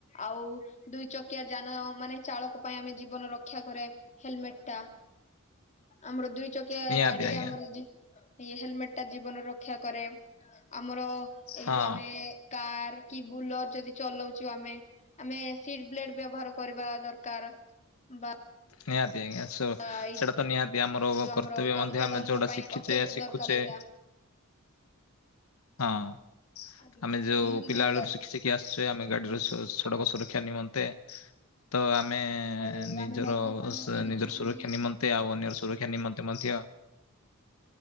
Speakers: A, on the left; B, on the left.
A: ଆଉ ଦୁଇ ଚକିଆ ଯାନ ମାନେ ଚାଳକ ପାଇଁ ଆମେ ଜୀବନ ରକ୍ଷା କରେ ହେଲମେଟଟା ଆମର ଦୁଇ ଚକିଆ
B: ନିହାତି
A: ଗାଡ଼ିରେ
B: ଆଜ୍ଞା
A: ଆମର ଇଏ ହେଲମେଟଟା ଜୀବନ ରକ୍ଷା କରେ ଆମର ଏଇ
B: ହଁ
A: ଯୋଉ ଆମେ କାର କି ବୁଲର ଯଦି ଚଲଉଚୁ ଆମେ ଆମେ ସିଟ୍ ବ୍ଲେଟ୍ ବ୍ୟବହାର କରିବା ଦରକାର ବା
B: ନିହାତି ଆଜ୍ଞା ସ
A: ଏଇ
B: ସେଇଟା ତ ନିହାତି ଆମର
A: ଯୋଉ
B: କର୍ତ୍ତବ୍ୟ
A: ଗାଡି
B: ମଧ୍ୟ
A: ଚାଳକଙ୍କ
B: ଆମେ ଯୋଉଟା
A: ପାଇଁ
B: ଶିଖିଛେ
A: ଅତ୍ୟନ୍ତ
B: ଶିଖୁଛେ
A: ଦରକାର ଏଇଟା।
B: ହଁ
A: ଆଜ୍ଞା।
B: ଆମେ ଯୋଉ
A: ନିହାତି
B: ପିଲା
A: ଦରକାର
B: ବେଳରୁ ଶିକିଚେ ଦେଖି ଆସଚେ ଆମେ ଗାଡ଼ିରୁ ସଡ଼କ ସୁରକ୍ଷା ନିମନ୍ତେ ତ ଆମେ
A: ଆଉ
B: ନିଜର
A: ଆମେ ମଦ୍ୟପାନ
B: ସ
A: କରିକି
B: ନିଜର
A: ବି
B: ସୁରକ୍ଷା ନିମନ୍ତେ ଆଉ ଅନ୍ୟର ସୁରକ୍ଷା ନିମନ୍ତେ ମଧ୍ୟ